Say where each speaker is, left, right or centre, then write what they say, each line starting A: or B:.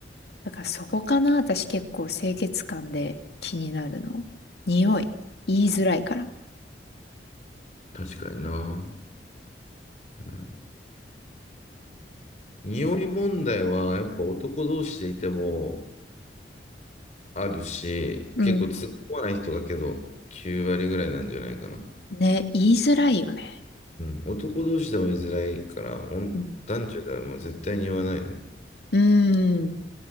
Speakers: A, on the left; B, on the left.
A: だからそこかな、私結構清潔感で気になるの。匂い。言いづらいから。
B: 確かにな。うん。匂い問題は、やっぱ男同士でいてもあるし、
A: うん。
B: 結構突っ込まない人がけど、9割ぐらいなんじゃないかな。
A: ね、言いづらいよね。
B: うん、男同士でも言いづらいから、おん男女ではもう絶対に言わないよね。
A: うん。うーん。